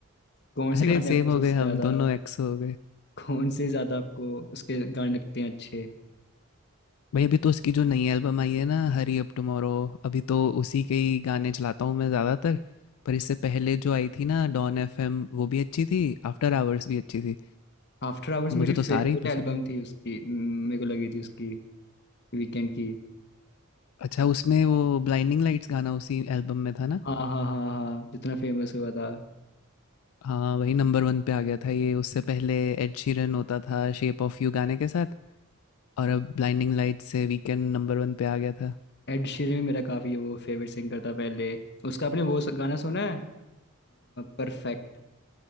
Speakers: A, on the left (about 50°); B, on the left (about 80°).
A: कौन
B: अरे
A: से गाने
B: सेम
A: आपको
B: हो
A: सबसे
B: गए हम
A: ज्यादा
B: दोनों एक्स हो
A: कौन से ज्यादा आपको उसके गाने लगते हैं अच्छे
B: भाई अभी तो उसकी जो नई एल्बम आई है ना हरी अप टुमारो अभी तो उसी के ही गाने चलाता हूँ मैं ज़्यादातर पर इससे पहले जो आई थी ना डॉन एफ एम वो भी अच्छी थी आफ्टर आवर्स भी अच्छी थी
A: आफ्टर आवर्स
B: मुझे
A: मेरी
B: तो
A: फेवरेट
B: सारे ही पसंद
A: एल्बम
B: है
A: थी उसकी म, मेरे को लगी थी उसकी वीकेंड की
B: अच्छा उसमें वो ब्लाइंडिंग लाइट्स गाना उसी एल्बम में था ना
A: हाँ हाँ हाँ हाँ जितना फेमस हुआ था
B: हाँ वही नंबर वन पे आ गया था ये उससे पहले एड शीरन होता था शेप ऑफ यू गाने के साथ और अब ब्लाइंडिंग लाइट्स से वीकेंड नंबर वन पे आ गया था
A: एड शीरन भी मेरा काफी वो फेवरेट सिंगर था पहले उसका आपने वो स- गाना सुना है परफेक्ट